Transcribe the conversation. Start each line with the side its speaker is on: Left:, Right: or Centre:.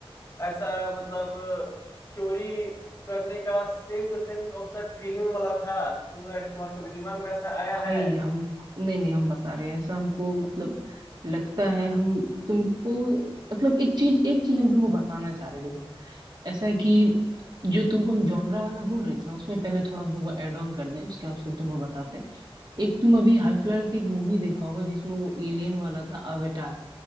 Left: ऐसा मतलब चोरी करने का सेम टू सेम कॉन्सेप्ट फिल्म वाला था तुमने तुम्हारे कभी दिमाग में ऐसा आया
Right: भाई
Left: है
Right: हम नहीं नहीं हम बता रहे हैं ऐसा हमको मतलब लगता है हम तुमको मतलब एक चीज एक चीज हम तुमको बताना चाह रहे हैं, देखो ऐसा है कि जो तुमको हम जॉनरा वाला बोल रहे थे ना उसमें पहले थोड़ा हम तुमको ऐड ऑन कर दें उसके बाद फिर तुमको बताते हैं एक तुम अभी हाल फिलहाल की एक मूवी देखा होगा जिसमें वो एलियन वाला था अवेटार